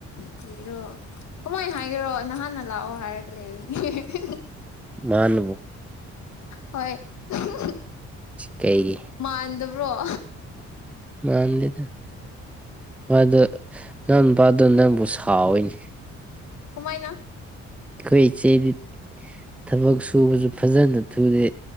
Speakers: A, on the left; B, in the centre.
A: ꯀꯔꯤꯔꯣ ꯀꯃꯥꯏꯟ ꯍꯥꯏꯒꯦꯔꯣ ꯅꯍꯥꯟꯅ ꯂꯥꯛꯑꯣ ꯍꯥꯏꯔꯒ ꯂꯩꯕꯅꯤ <unintelligible>
B: ꯃꯥꯅꯕꯨ
A: ꯍꯣꯏ <unintelligible>
B: ꯀꯩꯒꯤ
A: ꯃꯥꯟꯗꯕ꯭ꯔꯣ
B: ꯃꯥꯥꯟꯗꯦꯗ ꯃꯥꯗꯣ ꯅꯥꯎꯅꯨꯄꯥꯗꯣ ꯅꯪꯕꯨ ꯁꯥꯎꯋꯤꯅꯤ
A: ꯀꯃꯥꯏꯅ
B: ꯑꯩꯈꯣꯏ ꯏꯆꯦꯗꯤ ꯊꯕꯛ ꯁꯨꯕꯁꯨ ꯐꯖꯅ ꯊꯨꯗꯦ